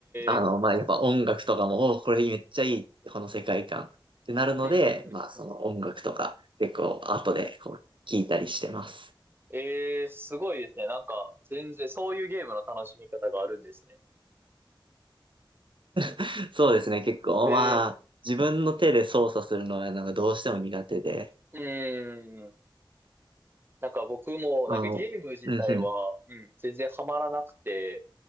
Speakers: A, on the right; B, on the right.
A: あの、
B: え。
A: まあやっぱ音楽とかも、おーこれめっちゃいい、この世界観ってなるので、
B: うん。うん。うん。
A: まあその音楽とか結構後でこう聞いたりしてます。
B: うんえー、すごいですね。なんか、全然、そういうゲームの楽しみ方があるんですね。
A: <laughs> そうですね、結構まあ自分の手で操作するのはなんかどうしても苦手で、
B: えー、うーん。なんか僕も、
A: あの、
B: なんかゲーム自体は、
A: うんうん、
B: うん、全然ハマらなくて、